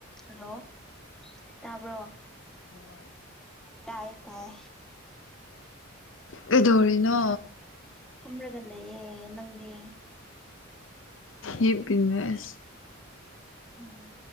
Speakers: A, in the centre; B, on the left (about 65°).
A: hello ꯇꯥꯕ꯭ꯔꯣ
B: ꯍꯣꯏ
A: ꯇꯌꯦ ꯇꯥꯏ
B: ꯀꯩꯗꯧꯔꯤꯅꯣ
A: ꯐꯥꯝꯔꯥꯒꯥ ꯂꯩꯌꯦ ꯅꯪꯗꯤ
B: ꯌ ꯀꯅ ꯃ ꯑꯁ
A: ꯎꯝ